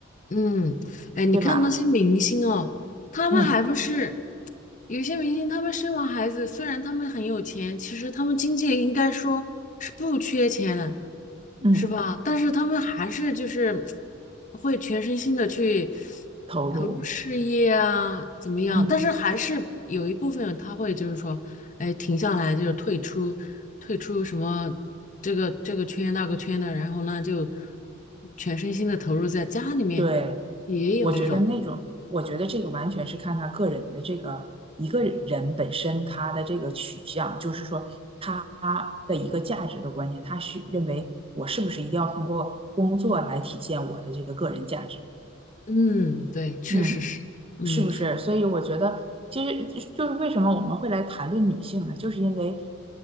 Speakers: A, on the left (about 40°); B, on the right (about 30°).
A: 嗯，哎，你看那些明星哦，
B: 对吧？
A: 他们还不是
B: 嗯
A: 有些明星，他们生完孩子，虽然他们很有钱，其实他们经济应该说是不缺钱了，
B: 嗯，
A: 是吧？但是他们还是就是会全身心的去
B: 投入，
A: 投入事业啊，怎么样？
B: 嗯。
A: 但是还是有一部分他会就是说，哎，停下来就是退出，退出什么这个这个圈那个圈的，然后呢就全身心的投入在家里面，
B: 对，
A: 也有这种。
B: 我觉得那种，我觉得这个完全是看他个人的这个一个人本身他的这个取向，就是说他的一个价值的观念，他需认为我是不是一定要通过工作来体现我的这个个人价值？
A: 嗯，对，确实是，
B: 嗯，
A: 嗯，
B: 是不是？所以我觉得，其实就是就是为什么我们会来谈论女性呢？就是因为